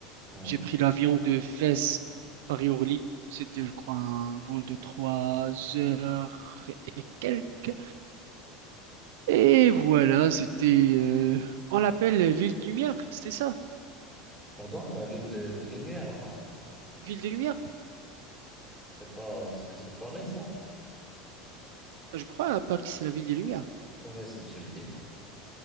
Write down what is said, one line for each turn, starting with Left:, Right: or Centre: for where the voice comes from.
Centre: Mmh.
Right: J'ai pris l'avion de Fès, Paris-Orly. C'était, je crois, un vol de trois heures et quelques. Et voilà, c'était... euh, on l'appelle Ville de Lumière, c'était ça?
Centre: Pardon, la ville de, de Lumière, non.
Right: Ville des Lumières?
Centre: C'est pas, c'est c'est Paris, ça?
Right: Ah, Je crois, à Paris, c'est la Ville des Lumières.
Centre: Oh, ouais, si tu le dis.